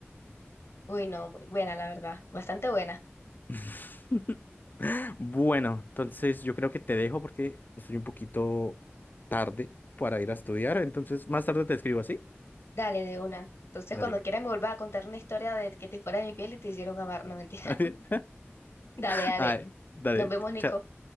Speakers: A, on the left; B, on the left.
A: Uy, no, muy buena, la verdad. Bastante buena.
B: <laughs> Bueno, entonces yo creo que te dejo porque estoy un poquito tarde para ir a estudiar. Entonces, más tarde te escribo, así
A: Dale, de una. Entonces,
B: Dale.
A: cuando quieras me vuelvas a contar una historia de que te fuera de mi piel y te hicieron amar, no mentira.
B: <laughs>
A: <laughs> Dale, dale.
B: Ay, dale.
A: Nos vemos, Nico.
B: Chao.